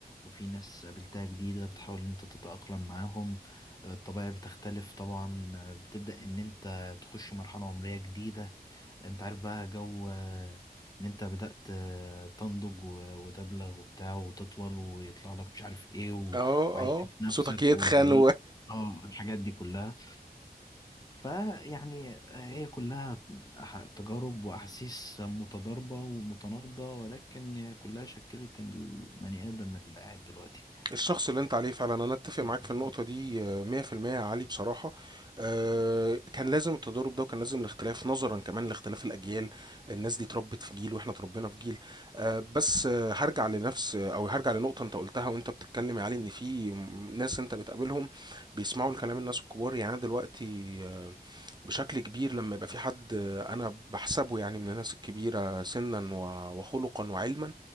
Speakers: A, on the left; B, on the right.
A: وفي ناس قابلتها جديدة بتحاول إن أنت تتأقلم معاهم آه، الطبيعة بتختلف طبعا آه، بتبدأ إن أنت تخش مرحلة عمرية جديدة انت عارف بقى جو آه، ان انت بدأت آه، تنضج و- وتبلغ وبتاع وتطول ويطلع لك مش عارف ايه و...
B: اه
A: وعايش
B: اه
A: في نفسك
B: صوتك يتخن
A: والهيئ اه الحاجات دي كلها فيعني هي كلها أح- تجارب واحاسيس متضاربة ومتناقضة ولكن هي كلها شكلت البني ادم اللي قاعد دلوقتي
B: الشخص اللي انت عليه فعلا انا اتفق
A: <laughs>
B: معاك في النقطة دي آه، 100% يا علي بصراحة آه، كان لازم التضارب ده وكان لازم الاختلاف نظرا كمان لاختلاف الاجيال الناس دي اتربت في جيل واحنا اتربينا في جيل آه، بس آه، هرجع لنفس او هرجع لنقطة انت قلتها وانت بتتكلم يا علي ان في م- ناس انت بتقابلهم بيسمعوا الكلام الناس الكبار يعني أنا دلوقتي آه، بشكل كبير لما يبقى في حد آه، انا بحسبه يعني من الناس الكبيرة سنا و- وخلقا وعلما